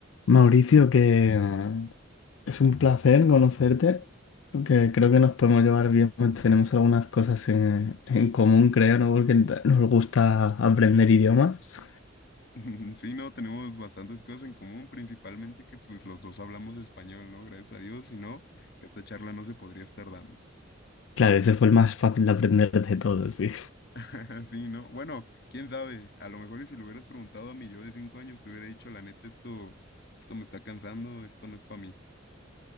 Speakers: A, on the left; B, on the left.
A: Mauricio, que eh, es un placer conocerte, que creo que nos podemos llevar bien, pues tenemos algunas cosas en, en común, creo, ¿no? Porque nos gusta aprender idiomas.
B: <laughs> Sí, no, tenemos bastantes cosas en común, principalmente que pues los dos hablamos español, ¿no? Gracias a Dios, si no, esta charla no se podría estar dando.
A: Claro, ese fue el más fácil de aprender de todos, sí.
B: <laughs> Sí, ¿no? Bueno, quién sabe, a lo mejor y si le hubieras preguntado a mi yo de cinco años, te hubiera dicho, la neta, esto, esto me está cansando, esto no es para mí,